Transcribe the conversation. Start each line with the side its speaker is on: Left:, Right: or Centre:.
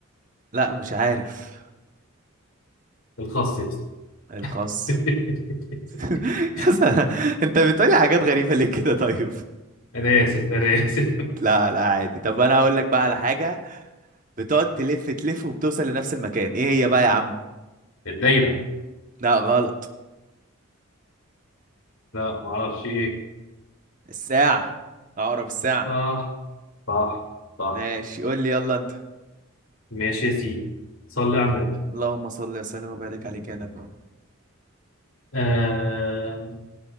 Right: لا مش عارف
Left: الخاص يا اسطى
Right: الخاص
Left: <laughs>
Right: <laughs> يا انت بتقولي حاجات غريبة ليه كده طيب
Left: أنا آسف أنا آسف
Right: لا لا عادي طب انا هقول لك بقى على حاجة بتقعد تلف تلف وبتوصل لنفس المكان ايه هي بقى يا عم
Left: الدايرة
Right: لا غلط
Left: لا معرفش إيه
Right: الساعة عقرب الساعة
Left: صح صح صح
Right: ماشي قول لي يلا انت
Left: ماشي يا سيدي صلي على النبي
Right: اللهم صل وسلم وبارك عليك يا نبي
Left: آه...